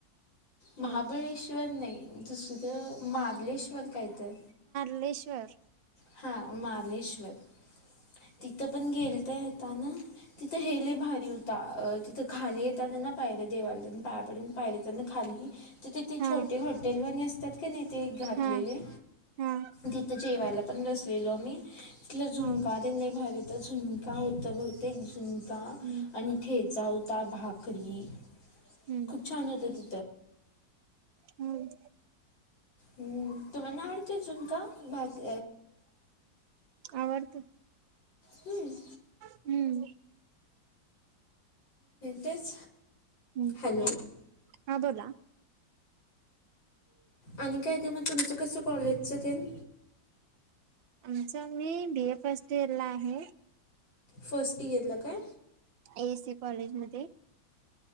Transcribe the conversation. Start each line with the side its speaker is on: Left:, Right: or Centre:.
Left: महाबळेश्वर
Right: हा
Left: नाही दुसरं मार्लेश्वर काय तर
Right: मलेश्वर
Left: हा मालेश्वर तिथं पण गेल तर येता ना. तिथं हेले भारी होता अ तिथं खाली येताना ना पाहिर देवालतून पाया पडून पायर खाली तर तिथे
Right: हा
Left: छोटे हॉटेलवाणी असतात का नाही ते घातलेले
Right: हा हा
Left: तिथं जेवायला पण बसलेलो मी इथलं झुणका
Right: हा
Left: ते नाही भर तर झुणका होतं बहुतेक झुण
Right: हम्म
Left: आणि खेचा होता भाकरी
Right: हम्म
Left: खूप छान होते ति
Right: हम्म.
Left: हम्म तुम्हा ना अडतेजून का भाग.
Right: आवडतो
Left: ठीच.
Right: हम्म.
Left: तेच
Right: हम्म
Left: हॅलो.
Right: हा बोला.
Left: आणि काय काय मग तुमचं कसं कॉलेजचं तेन
Right: आमच आम्ही बी ए फर्स्ट इयरला आहे.
Left: फर्स्ट इयरला काय
Right: ए एस सीकॉलेज मध्ये